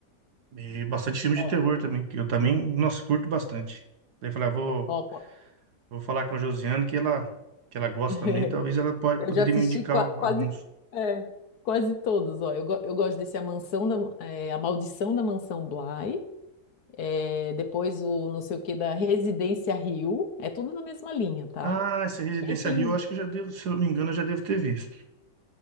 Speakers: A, on the right; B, on the left.
A: e bastante filme
B: ó,
A: de terror também, que eu também, nossa, curto bastante. Daí eu falei, ah, vou,
B: ó, po-
A: vou falar com a Josiane que ela, que ela gosta
B: <laughs>
A: também, talvez ela pode,
B: Eu
A: poderia
B: já assisti
A: me indicar
B: qua-
A: alguns.
B: quase, é, quase todos, ó. Eu, go- eu gosto desse A Mansão da, é, A Maldição da Mansão Bly. é, depois o não sei o que da Residência Rio, é tudo na mesma linha, tá?
A: Ah, essa Residência
B: E aí tem,
A: Rio, eu acho que eu já devo, se eu não me engano, eu já devo ter visto.